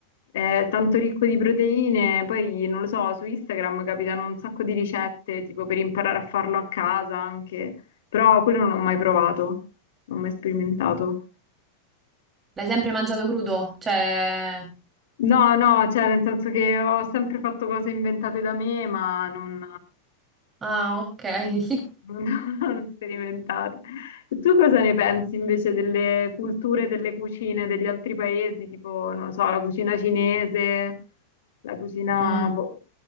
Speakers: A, on the left; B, on the right.
A: È tanto ricco di proteine, poi non lo so, su Instagram capitano un sacco di ricette, tipo per imparare a farlo a casa anche, però quello non ho mai provato, non ho mai sperimentato.
B: L'hai sempre mangiato crudo? Cioè.
A: No, no, cioè nel senso che ho sempre fatto cose inventate da me, ma non...
B: Ah, ok. <laughs>
A: non, <laughs> non sperimentate. E Tu cosa ne pensi invece delle culture, delle cucine degli altri paesi, tipo, non lo so, la cucina cinese, la cucina,
B: Mm. Mi
A: boh,